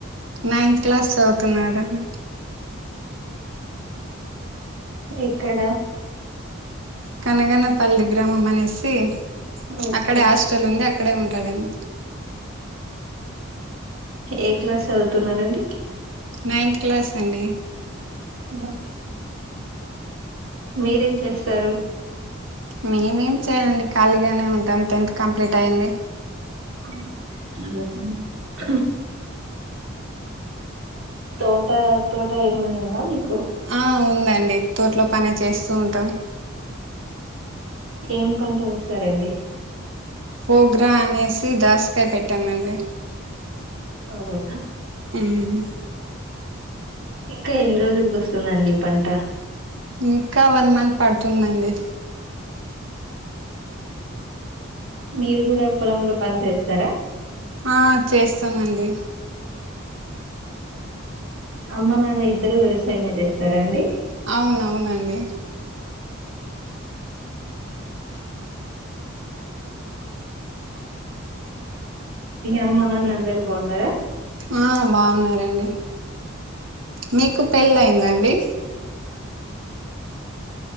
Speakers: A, on the right; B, on the right.
A: నైన్త్ క్లాస్ చదువుతున్నాడుని
B: ఎక్కడ
A: కనగనపల్లి గ్రామం అనేసి
B: ఓకే
A: అక్కడే హాస్టల్ ఉంది అక్కడే ఉంటాడండి
B: ఏ క్లాస్ చదువుతున్నారండి
A: నైన్త్ క్లాస్ అండి
B: అ మీరేం చేస్తారు
A: మేమేం చేయమండి ఖాళీగానే ఉంటాము టెన్త్ కంప్లీట్ అయ్యింది
B: <inaudible> తోట తోట ఏమైనా ఉందా మీకు
A: ఆ ఉందండి తోట్లో పనే చేస్తూ ఉంటాం
B: ఏం పంట వేసారండి
A: పోగ్రా అనేసి దాసకాయ పెట్టామండి
B: అవుదేనా
A: ఉమ్
B: ఇంకా ఎన్ని రోజులక వస్తుందండి ఈ పంట
A: ఇంకా వన్ మంత్ పడుతుందండి
B: మీరు కూడా పొలంలో పని చేస్తారా
A: ఆ చేస్తామండి
B: అమ్మ నాన్న ఇద్దరు వ్యవసాయమే చేస్తారా అండి
A: అవునవునండి
B: అమ్మ నాన్న అందరుూ బాగున్నారా
A: ఆ బాగున్నారండిడి మీకు పెళ్ళి అయిందండి